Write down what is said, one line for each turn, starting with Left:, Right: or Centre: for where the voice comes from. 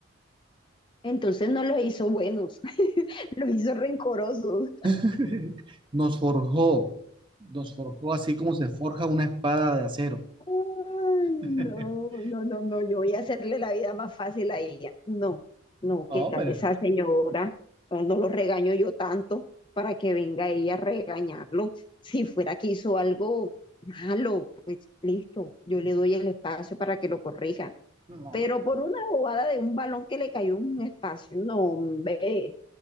Left: Entonces no los hizo buenos, <laughs> los hizo rencorosos.
Right: <laughs> Nos forjó. Nos forjó así como se forja una espada de acero.
Left: Ay, no,
Right: <laughs>
Left: no, no, no, yo voy a hacerle la vida más fácil a ella. No, no, ¿qué
Right: No,
Left: tal
Right: pero.
Left: esa señora? No no lo regaño yo tanto para que venga ella a regañarlo. Si fuera que hizo algo malo, pues listo, yo le doy el espacio para que lo corrija.
Right: No,
Left: Pero
Right: no.
Left: por una bobada de un balón que le cayó en un espacio, no, hombre.